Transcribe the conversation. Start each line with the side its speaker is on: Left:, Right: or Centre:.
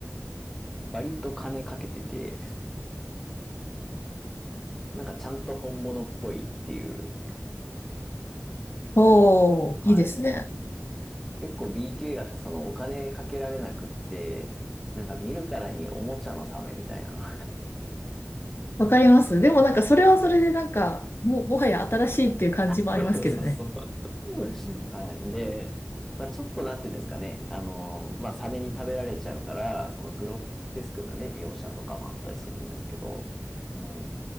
Centre: 割と金かけてて、なんかちゃんと本物っぽいっていう、
Left: おー、
Centre: はい。
Left: いいですね。
Centre: 結構 BQ 画ってそのお金かけられなくって、なんか見るからにおもちゃのサメみたいな。
Left: わかります。でもなんかそれはそれでなんか、もうもはや新しいっていう感じもありますけどね。
Centre: <laughs> そうそう。<laughs> はい。で、まあちょっとなんていうんですかね。あの、まあサメに食べられちゃうから、そのグロテスクなね、描写とかもあったりするんですけど、うん。